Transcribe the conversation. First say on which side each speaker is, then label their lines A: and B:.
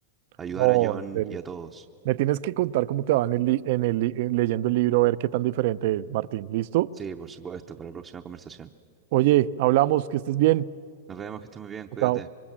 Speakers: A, on the right; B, on the right.
A: ayudar
B: No,
A: a Jon
B: en serio.
A: y a todos.
B: Me tienes que contar cómo te va en el, li- en el li- en leyendo el libro, a ver qué tan diferente es, Martín. ¿Listo?
A: Sí, por supuesto, para la próxima conversación.
B: Oye, hablamos, que estés bien.
A: Nos vemos, que estés muy bien, cuídate.
B: Chao.